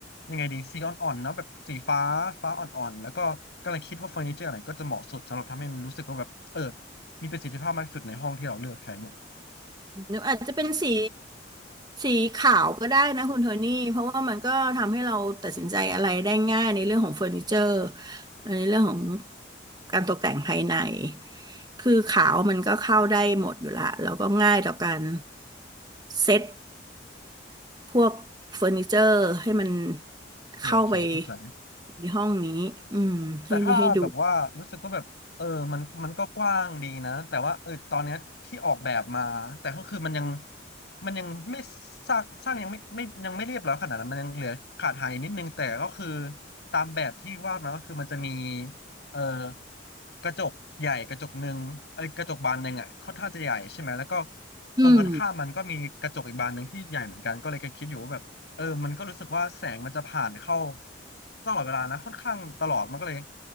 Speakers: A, on the left; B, on the right.
A: ยังไงดีสีอ่อนๆเนาะแบบสีฟ้าฟ้าอ่อนๆแล้วก็กำลังคิดว่าเฟอร์นิเจอร์อะไรก็จะเหมาะสุดสำหรับทำให้มันรู้สึกว่าแบบเออ มีประสิทธิภาพมากที่สุดในห้องที่เราเลือกใช้เนี่ย
B: หรืออาจจะเป็นสีสีขาวก็ได้นะคุณโทนี่เพราะว่ามันก็ทำให้เราตัดสินใจอะไรได้ง่ายในเรื่องของเฟอร์นิเจอร์ในเรื่องของการตกแต่งภายในคือขาวมันก็เข้าได้หมดอยู่ละแล้วก็ง่ายต่อการเซ็ตพวกเฟอร์นิเจอร์ให้มัน
A: โอเคโอเคเข้าใจ
B: เข้าไปในห้องนี้อืมให้ให้ดู
A: แต่ถ้าแบบว่ารู้สึกว่าแบบเออมันมันก็กว้างดีนะแต่ว่าเออตอนเนี้ยที่ออกแบบมาแต่ก็คือมันยังมันยังไม่สร้างสร้างยังไม่ไม่ยังไม่เรียบร้อยขนาดนั้นมันยังเหลือขาดหายนิดนึงแต่ก็คือตามแบบที่วาดมาก็คือมันจะมีเออกระจกใหญ่กระจกหนึ่งเอ้ยกระจกบานหนึ่งอ่ะค่อนข้างจะใหญ่ใช่ไหมแล้วก็ตรงกระข้ามมันก็มีกระจกอีกบานหนึ่งที่ใหญ่เหมือนกันก็เลยก็คิดอยู่ว่าแบบ
B: อืม
A: เออมันก็รู้สึกว่าแสงมันจะผ่านเข้าตลอดเวลานะค่อนข้างตลอดมันก็เลย